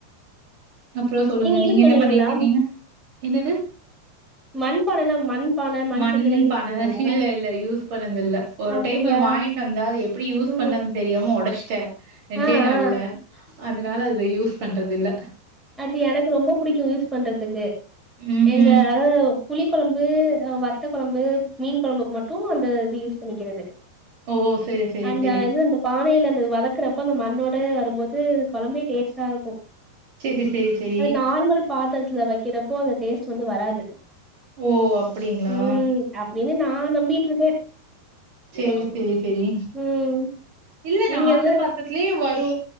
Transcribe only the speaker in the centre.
யூஸ் பண்ணுவீங்களா
மண் பானைல மண் பான
சட்டிலா யூஸ்
பண்ணுவீங்களா
அப்டியா
ம்
ஆ
ஆ
அது எனக்கு ரொம்ப புடிக்கு யூஸ் பண்றதுக்கு
எங்க ஆ புளி கொழம்பு வத்த கொழம்பு மீன் கொழம்புக்கு மட்டு அந்த இது யூஸ் பண்ணிக்கிறது
அந்த
இது வந்து பானைல அந்த வதக்குறப்ப அந்த மண்ணோட வரும்போது கொழம்பே டேஸ்ட்டா இருக்கும்
அது நார்மல் பாத்திரத்துல வைக்கிறப்போ அந்த டேஸ்ட் வந்து வராது
ம் அப்டின்னு நா நம்பிட்டு இருக்கே
ம்
நீங்க